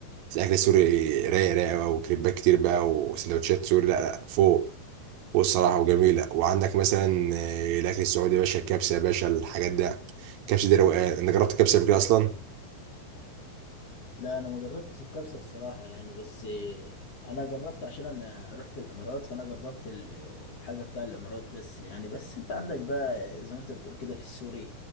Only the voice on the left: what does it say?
لا انا ما جربتش الكبسه الصراحه يعني بس انا جربت عشان انا رحت الامارات فانا جربت ال- الحاجه بتاع الامارات بس يعني بس انت عندك بقى زي ما انت بتقول كده في السوري